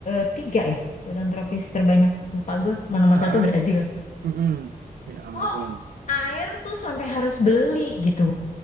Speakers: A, on the left (about 55°); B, on the right (about 85°).
A: ketiga ya hutan tropis terbanyak lupa gue mau nomor
B: ah
A: satu
B: ah,
A: Brazil
B: mm-mm. si Amazon
A: kok air tuh sampai harus beli gitu